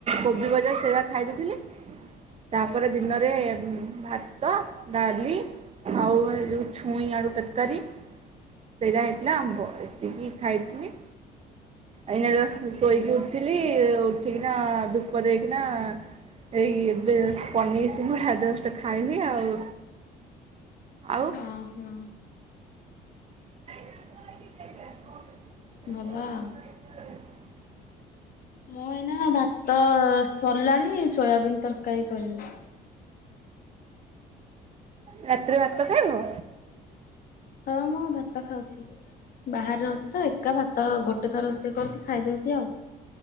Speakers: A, on the right; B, on the left.
A: କୋବି ଭଜା ସେଗୁଡା ଖାଇ ଦେଇଥିଲି ତାପରେ ଦିନରେ ଭାତ, ଡାଲି ଆଉ ଏ ଯୋଉ ଛୁଇଁ ଆଳୁ ତରକାରୀ ସେଇଟା ହେଇଥିଲା ଆମ୍ବ ଏତିକି ଖାଇଥିଲି। ଏଇନା ଜଷ୍ଟ ଶୋଇକି ଉଠିଲି, ଉଠିକିନା ଧୂପ ଦେଇକିନା ଏଇ ଏବେ ଜଷ୍ଟ ପନିର୍ ସିଙ୍ଗଡା ଜଷ୍ଟ ଖାଇଲି ଆଉ ଆଉ?
B: ଓ ହଁ, ହଁ।
A: <inaudible>
B: ଭଲ ଆଉ।
A: <inaudible>
B: ମୁଁ ଏଇନା ଭାତ ସରିଲାଣି, ସୋୟାବିିନ ତରକାରୀ କରିବି।
A: ରାତିରେ ଭାତ ଖାଇବ?
B: ହଁ ମୁଁ ଭାତ ଖାଉଛି। ବାହାରେ ଅଛି ତ, ଏକା ଭାତ ଅ ଗୋଟେ ଥର ରୋଷେଇ କରୁଛି, ଖାଇଦଉଛି ଆଉ।